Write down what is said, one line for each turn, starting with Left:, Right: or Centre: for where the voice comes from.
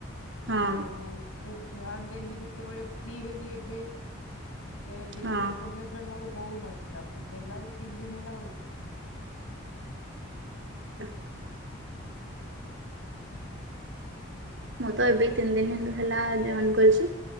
Right: ହଁ
Left: ଆଉ ସେ ଧ୍ୟାନ ଦେଲି ଯେତେବେଳେ ଫ୍ରୀ ହେଲି ଏବେ। ଯେ ଦେଖିଲି
Right: ହଁ। ଆଚ୍ଛା।
Left: ଫୋନ ଏ ଫ୍ରେଣ୍ଡ ମୋର ହଉନଥିଲା, ଫେରେ ହେଲା ଏଇ ତିନି ଦିନ ହେଲା ହଉଚି।
Right: <unintelligible> ମୁଁ ତ ଏବେ ତିନି ଦିନ ହେ ହେଲା ଜଏନ୍ କରିଚି,